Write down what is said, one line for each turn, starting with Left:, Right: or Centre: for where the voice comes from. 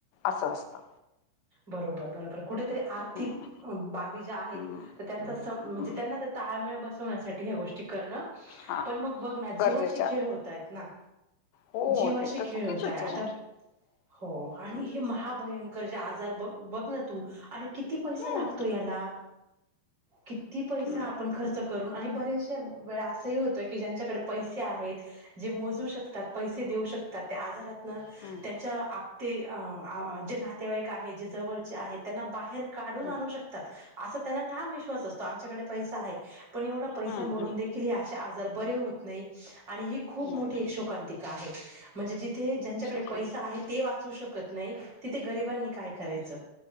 Left: असं असतांत
Right: बरोबर बरोबर कुंठेतरी आर्थिक
Left: हं,
Right: बाबी ज्यां आहेतं
Left: हं,
Right: त्यांच्या सं म्हणजे
Left: हं.
Right: त्यांना ते तांळमेळ बसवण्यांसाठी ह्यां गोष्टी ची करणं
Left: हां
Right: पणं मंग बघंना
Left: गरजेच्या
Right: जीवाशी खेळ होतां येतं नां
Left: हो
Right: जीवाशी
Left: ते तर
Right: खेळं
Left: चुकीचंच
Right: होतांय आंता
Left: आहे
Right: हो आणि
Left: हं,
Right: हे महाभयंकर जे आजांर बघं बघं नां तूं आणि किती पैसा
Left: हं,
Right: लागतो यांला किती पैसा
Left: हं,
Right: आपणं खर्च करतो करूंन आणि बऱ्यांचश्या वेळां असंही होतं की ज्यांच्याकडे पैसे आहेतं जे मोजूं शकतांत पैस से देऊं शकतांत त्यां आजारातून
Left: हां.
Right: च्यां आप ते अंहह आं जे नातेवाईक आहेतं जे जवळचे आहेतं त्यांना बाहेर काढूंन
Left: हं,
Right: आणूं शकतांत असं त्यांना ठाम विश्वास असतो आमच्यांकडे पै आहे पणं एवढां पैसा
Left: हं,
Right: मोडूंन
Left: हं.
Right: दे आजार बरे होत नाय आणि ही खूप
Left: नाही,
Right: मोठी एक शोकांतिका आहे. म्हणजे जिथे ज्यांच्याकडे
Left: शोकांत
Right: पैसा आहे ते वाचू शकत नाय तिथे गरीबांनी काय करायचं